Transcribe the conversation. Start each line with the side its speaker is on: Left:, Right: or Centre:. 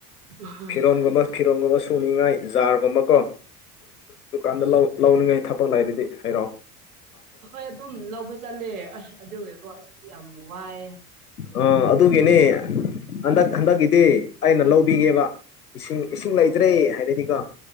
Right: ꯑꯥ
Left: ꯐꯤꯔꯣꯟꯒꯨꯝꯕ ꯐꯤꯔꯣꯒꯨꯝꯕ ꯁꯨꯅꯤꯉꯥꯏ ꯖꯥꯔꯒꯨꯝꯕ ꯀꯣ ꯗꯨꯀꯥꯟꯗ ꯂꯧꯅꯤꯡꯉꯥꯏ ꯊꯕꯛ ꯂꯩꯗꯨꯗꯤ ꯍꯔꯛꯑꯣ
Right: ꯑꯩꯈꯣꯏ ꯑꯗꯨꯝ ꯂꯧꯕ ꯆꯠꯂꯦ ꯑꯁ ꯑꯗꯨꯒꯤꯀꯣ ꯑꯁꯤ ꯌꯥꯝ ꯋꯥꯏꯑ
Left: ꯑ ꯑꯗꯨꯒꯤꯅꯦ ꯍꯟꯗꯛ ꯍꯟꯗꯛꯀꯤꯗꯤ ꯑꯩꯅ ꯂꯧꯕꯤꯒꯦꯕ ꯏꯁꯤꯡ ꯏꯁꯤꯡ ꯂꯩꯇ꯭ꯔꯦ ꯍꯥꯏꯔꯗꯤꯀꯣ